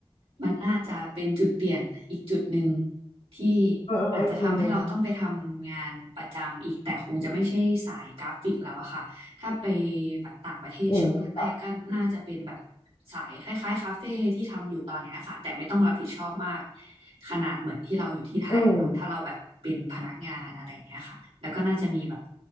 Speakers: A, on the right (about 80°); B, on the left (about 75°).
A: มันน่าจะเป็นจุดเปลี่ยนอีกจุดหนึ่งที่
B: อืมอืมอืม
A: อาจจะทำให้เราต้องไปทำงานประจำอีกแต่คงจะไม่ใช่สายกราฟิกแล้วอะค่ะ ถ้าไปแบบต่างประเทศช่วงแรกๆก็น่าจะเป็นแบบ
B: อืมอืมค่ะ
A: สายคล้ายๆคาเฟ่ที่ทำอยู่ตอนเนี้ยค่ะแต่ไม่ต้องรับผิดชอบมากขนาดเหมือนที่เราอยู่ที่ไทยเนาะถ้าเราแบบเป็นพนักงานอะไรอย่างเงี้ยค่ะแล้วก็น่าจะมีแบบ
B: อืม